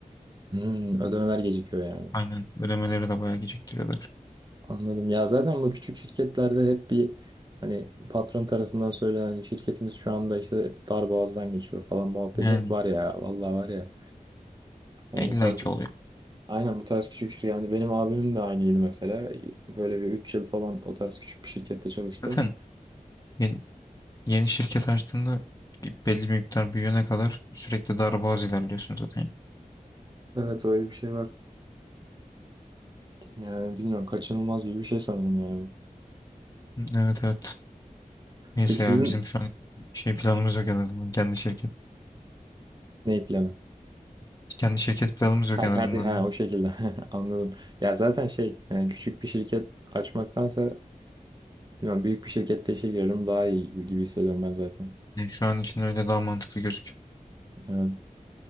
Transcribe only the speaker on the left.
Aynen ödemeleri de bayağı geciktiriyorlar.
Yani
ya illa
ki oluyor.
Zaten ya Yeni şirket açtığında belli bir miktar büyüyene kadar sürekli darboğaz ilerliyorsun zaten.
Evet evet. Neyse
ya
bizim şu an şey planımız yok en azından. Kendi şirket.
Kendi şirket planımız yok
en
azından
diyorum.
Yani şu an için öyle daha mantıklı gözüküyor.